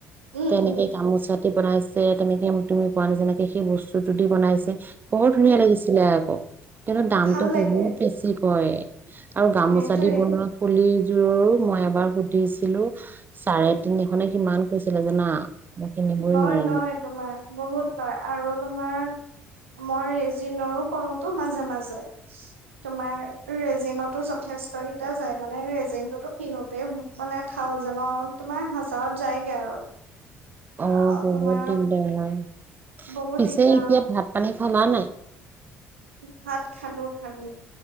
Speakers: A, on the right; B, on the right.
A: উম
B: তেনেকেই
A: উম
B: গামোচাত বনাইছে তেনেকে তুমি কোৱা নাই এনেকে সেই বস্তু যদি বনাইছে। বহুত ধুনীয়া
A: উম
B: লাগিছিলে আক কিন্তু দামটো
A: ভাল লাগে
B: বহুত বেছি কয়। আৰু গামোচা
A: সেইটোয়ে
B: দি বনোৱা ফুলি ৰো মই এবাৰ সুধিছিলো চাৰে তিনিখনে কিমান কৈছিলে জানা। মই কিনিবই
A: লয়
B: নোৱাৰিলো।
A: লয় তোমাৰ বহুত লয় আৰু তোমাৰ মই ৰেয়িনৰো কৰোতো মাজে মাজে। তোমাৰ ৰেজিনতো যথেষ্টকেইটা যায় মানে ৰেজিমটোতো কিনোতে মানে থাউজেন তোমাৰ হাজাৰত যায়গে আৰু আহ
B: অ', বহুত
A: তোমাৰ
B: দিগ দাৰ হয়।
A: বহুত
B: পিছে
A: দিগদাৰ
B: এতিয়া
A: হয়
B: ভাত পানী খালা নে নাই?
A: ভাত খালো খালো